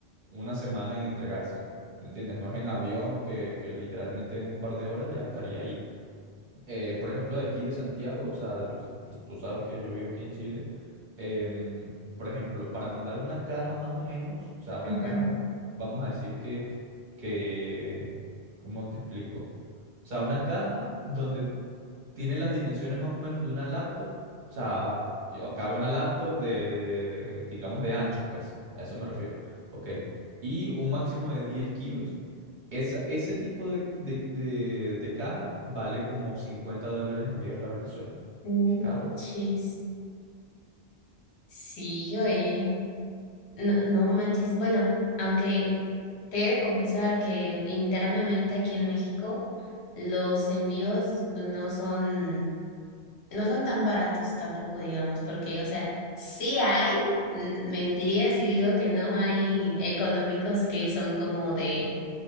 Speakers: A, on the right; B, on the left.
A: una semana en entregarse. ¿Me entiendes? No es en avión que, que literalmente en un par de horas ya estaría ahí eh, por ejemplo, de aquí de Santiago, o sea, yo, s- tú sabes que yo vivo aquí en Chile, em, por ejemplo, para mandar una caja más o menos, o sea, una
B: ujú.
A: caja, vamos a decir que, que, ¿cómo te explico? O sea, una caja donde tiene las dimensiones más o menos de una laptop, o sea, yo- cabe una laptop de, de- de, digamos, de ancho, pues, a eso me refiero, ok, y un máximo de 10 kilos. Esa, ese tipo de, de, de- de caja vale como 50 dólares enviarla a Venezuela.
B: No
A: Es caro.
B: manches. Sí, oye. No, no manches. Bueno, aunque te he de confesar que internamente aquí en México los envíos pues, no son, no son tan baratos tampoco, digamos, porque, o sea, sí hay, mm, mentiría si digo que no hay económicos que son como de,